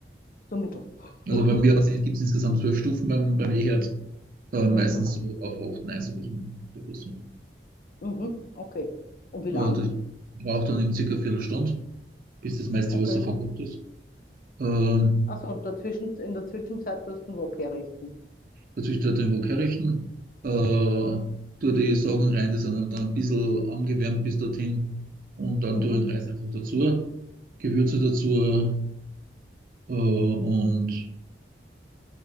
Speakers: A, on the left; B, on the right.
A: So mittel.
B: Also
A: <laughs>
B: bei mir gibt es insgesamt zwölf Stufen beim, beim E-Herd. Äh, meistens
A: Mhm,
B: so auf 8 9, so der Größe.
A: mhm, okay. Und wie lang?
B: Äh, das braucht dann eben circa eine Viertelstunde, bis das meiste
A: Okay.
B: Wasser verkocht ist. Ähm,
A: Achso, und dazwischen, in der Zwischenzeit tust du den Wok herrichten.
B: dazwischen halt den Wok herrichten, äh, tue die Sachen rein, die sind dann ein bisschen angewärmt bis dorthin und dann
A: Mhm.
B: tue ich den Reis einfach dazu, Gewürze dazu äh, und